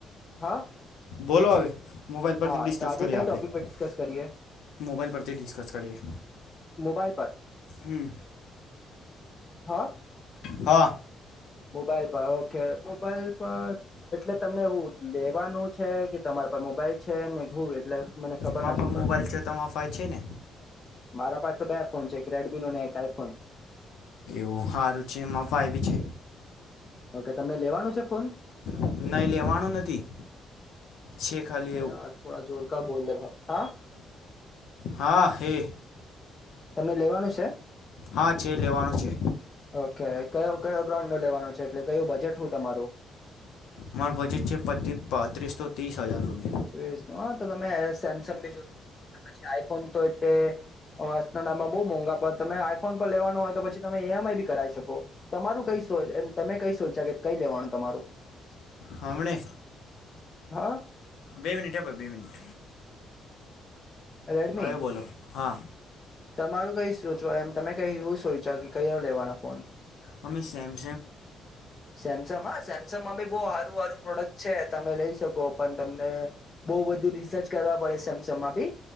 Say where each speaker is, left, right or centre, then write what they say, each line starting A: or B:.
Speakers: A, on the left; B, on the left.
A: હા
B: બોલો હવે મોબાઈલ
A: હા
B: પરથી ડિસ્કસ
A: તો આજે
B: કરીએ
A: કઈ
B: આપણેે
A: ટોપિક પર ડિસ્કસ કરીએ
B: મોબાઈલ પરથી ડિસ્કસ કરીએ
A: મોબાઈલ પર
B: હમ
A: હા
B: હા
A: મોબાઈલ પર ઓકે મોબાઈલ પર એટલે તમને એું લેવાનું છે કે તમારે મોબાઈલ છે ને હું એટલે મને ખબર
B: માફા
A: નથી પડતી
B: મોબાઈલ છે તમા માફા છે ને
A: મારા પાસે તો બે ફોન છે એક રેડમી નો ને એક આઈ ફોન
B: એવું સારું છે એમાં ફાય બી છે
A: ઓકે તમને લેવાનું છે ફોન
B: નહીં લેવાનું નથી છે ખાલી એવું
A: યાર થોડા જોર ક બોલલેે ભાઈ હા
B: હા હે
A: તમને લેવાનું છે
B: હા છે લેવાનું છે
A: ઓકે કયો કયો બ્રાન્ડ નો લેવાનો છે એટલે કયું બજેટ શું તમારું
B: મારું બજેટ છે પાંત્રીસો ત્રીસ હજાર રૂપ
A: ન હ તો તમે સેમસંગ ભી જોઈ શકો પછી આઈફોન તો એટલે નામમાં બહુ મોંઘા પર તમે આઈફોન પર લેવાના હોય તો પછી તમે ઈએમઆઈ ભી કરાવ શકો તમારું કઈ એમ તમે કઈ સોચ્યા કે કઈ લેવાનું તમારું
B: હમણે
A: હા
B: બે મિનિટ હ ભ બે મિટ
A: રેડમી
B: હા એવે બોલો હા
A: તમારું કઈ સોચવા એમ તમે ક શું સોચો કે કયો લેવાના ફોન
B: અમે સેમ
A: સેમસંગ હા સેમસંગમાં બી બહું સારું સારું પ્રોડક્ટ છે. તમે લઈ શકો પણ તમને બહુ બધુ રિસર્ચ કરવા પડે સેમસંગમાં બી.